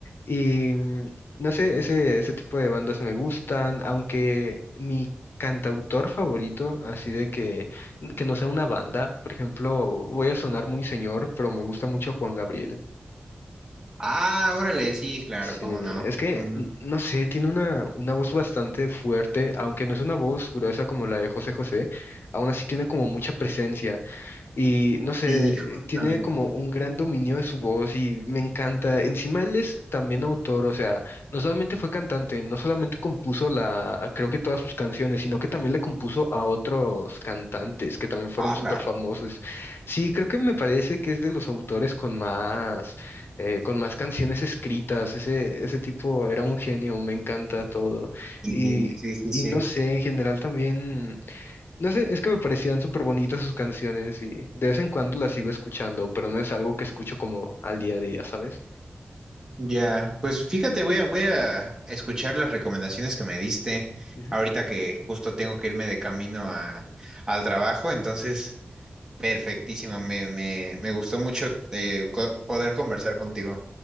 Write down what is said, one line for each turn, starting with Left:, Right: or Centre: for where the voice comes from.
Left: Y mm, no sé, ese, ese tipo de bandas me gustan, aunque mi cantautor favorito, así de que, que no sea una banda, por ejemplo, voy a sonar muy señor, pero me gusta mucho Juan Gabriel.
Right: Ah, órale, sí, claro,
Left: Sí,
Right: cómo
Left: es
Right: no.
Left: que,
Right: Mm,
Left: no sé, tiene una, una voz bastante fuerte, aunque no es una voz gruesa como la de José José, aún así tiene como mucha presencia. Y no sé,
Right: Y justamente.
Left: eh, tiene como un gran dominio de su voz y me encanta. Encima él es también autor, o sea, no solamente fue cantante, no solamente compuso la, creo que todas sus canciones, sino que también le compuso a otros cantantes que también fueron
Right: Ala.
Left: súper famosos. Sí, creo que me parece que es de los autores con más, eh, con más canciones escritas. Ese, ese tipo era un genio, me encanta todo.
Right: Sí,
Left: Y,
Right: sí, sí.
Left: y
Right: sí.
Left: no sé, en general también. No sé, es que me parecían súper bonitas sus canciones y de vez en cuando las sigo escuchando, pero no es algo que escucho como al día a día, ¿sabes?
Right: Ya, pues fíjate, voy a, voy a escuchar las recomendaciones que me diste
Left: Ujú.
Right: ahorita que justo tengo que irme de camino a, al trabajo, entonces, perfectísimo, me, me, me gustó mucho eh, co- poder conversar contigo.